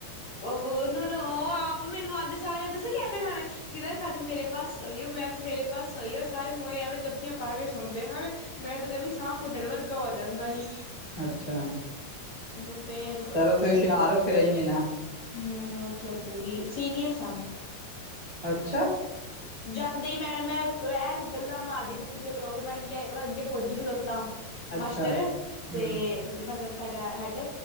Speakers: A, on the left (about 50°); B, on the right (about 80°).
A: ਭੂ ਉਹ ਨੂ ਨੂ ਆਪ ਮੈਨੂੰ ਆਂਦੇ ਸਾਰੇ ਦੱਸਾ ਕੀ ਕਹਿੰਦੇ ਹਨ, <unintelligible> ਕਦ ਮੇਰੇ ਪਾਸ ਸੋਇਯੋ ਮੈਂ ਮੇਰੇ ਪਾਸ ਸੋਇਯੋ ਸਾਰੇ ਮੋਏ ਆਵੇਂ ਜਪ ਜੱਫੀਆਂ ਪਾ ਕੇ ਸੌਦੇ ਹਨ, ਮੇਰਾ ਤਾਂ ਜਮੀ ਸਾਹ ਕੁੱਟਣ ਵਰਗਾ ਹੋ ਜਾਂਦਾ ਸੀ।
B: ਅੱਛਾ।
A: ਤੇ ਫੇਰ
B: ਪਰ ਉੱਥੇ ਹੁਸ਼ਿਆਰ ਹੋ ਕੇ ਰਹੀ ਏ ਨਾ।
A: ਹੂ, ਉੱਥੇ ਪੂਰੀ ਸੀਨੀਅਰ ਸਾ ਮੈਂ।
B: ਅੱਛਾ।
A: ਜਾਂਦੇ ਹੀਈ ਮੈਡਮ ਮੈਂ ਐ ਗੱਲਾਂ ਮਾਰਦੀ ਪਈ ਪਿੱਛੇ ਖਲੋ ਕੇ ਮੈਡਮ ਕ ਅੱਗੇ ਫੋਜੀ ਖਲੋਤਾ।
B: ਅੱਛਾ
A: ਮਾਸਟਰ ਤੇ
B: ਹਮ
A: ਮਤਲਬ ਸਾਡਾ ਹੈਡ